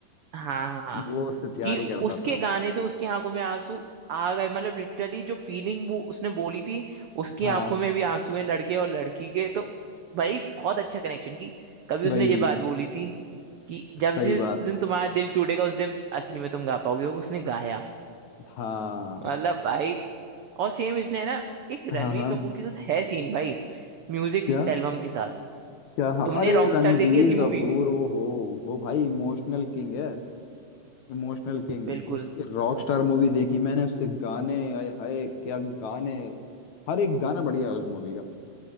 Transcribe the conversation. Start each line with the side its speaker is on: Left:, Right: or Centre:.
Right: हाँ हाँ हाँ,
Left: वो उससे प्यार
Right: कि
Left: ही करता
Right: उसके
Left: था
Right: गाने से उसकी आंखों में आंसू आ गए मतलब लिटरली जो फीलिंग वो उसने बोली थी उसकी
Left: हाँ
Right: आंखों में भी आंसू हैं लड़के और लड़की के तो भाई बहुत अच्छा कनेक्शन की कभी उसने
Left: वही
Right: ये बात बोली थी कि
Left: सही
Right: जब जिस
Left: बात
Right: दिन तुम्हारा दिल टूटेगा उस दिन असली में तुम गा पाओगे वो उसने गाया
Left: हाँ
Right: मतलब भाई और सेम इसने है ना एक
Left: हाँ
Right: रणवीर
Left: हाँ
Right: कपूर के साथ है सीन भाई म्यूजिक
Left: क्या
Right: एल्बम के साथ
Left: क्या हाँ
Right: तुमने
Left: अरे
Right: रॉक
Left: रणवीर
Right: स्टार देखी है इसकी
Left: कपूर
Right: मूवी
Left: ओ हो वो भाई इमोशनल किंग है इमोशनल किंग
Right: बिल्कुल
Left: उसके रॉक स्टार मूवी देखी मैंने उसके गाने आए हाय क्या गाने हर एक गाना बढ़िया है उस मूवी का